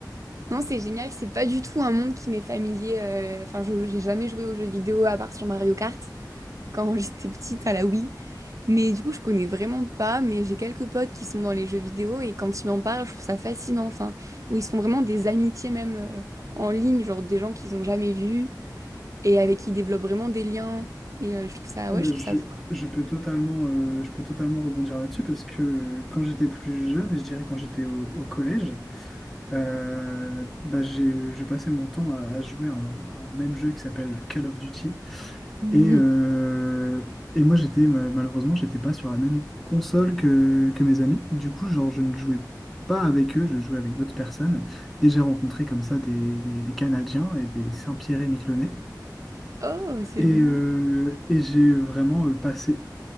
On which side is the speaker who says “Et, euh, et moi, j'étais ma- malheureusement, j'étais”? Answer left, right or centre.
Centre